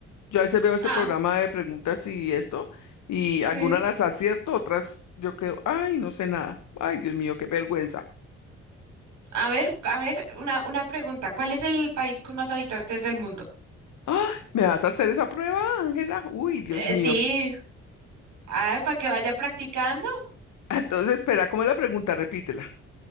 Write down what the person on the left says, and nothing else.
Yo a veces veo ese
programa de preguntas y esto, y algunas
las acierto, otras yo quedo, ay, no sé nada. Ay, Dios mío, qué vergüenza.
Ay, ¿me vas a hacer esa prueba, Ángela? Uy, Dios
mío.
<laughs> Entonces, espera, ¿cómo es la pregunta? Repítela.